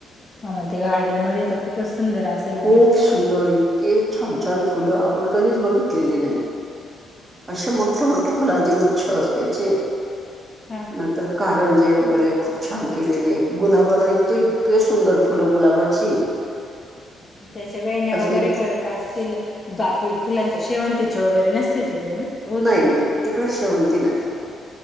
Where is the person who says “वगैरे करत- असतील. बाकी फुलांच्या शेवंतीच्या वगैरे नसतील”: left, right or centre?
Left